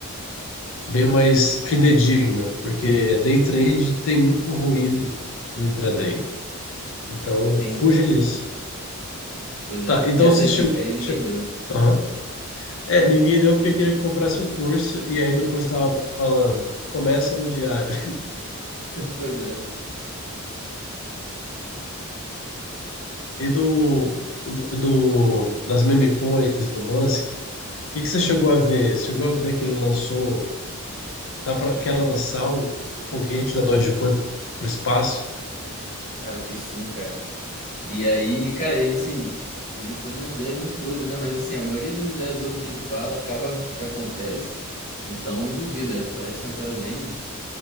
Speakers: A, on the left (about 60°); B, on the left (about 35°).
A: bem mais fidedigna, porque day trade tem muito ruído no intraday. Então,
B: entendi.
A: fuja disso.
B: Pois é,
A: Tá, então
B: essa
A: se
B: dica
A: che...
B: aí ninguém
A: che-
B: deu.
A: Aham. É, ninguém deu porque queria que comprasse o curso, e aí no curso tava falando, começa no diário.
B: <laughs> Pois é,
A: E do, do, do- das meme coins do Musk, o que, que você chegou a ver? Você chegou a ver que ele lançou, tá pra, quer lançar o, o foguete da Dogecoin para o espaço?
B: cara, vi sim, cara. E aí, cara, ele assim, ele tem umas ideias muito doidas, né? Mas assim, a maioria das ideias doidas que ele fala acaba que acontece. Então não duvida, parece uma parada bem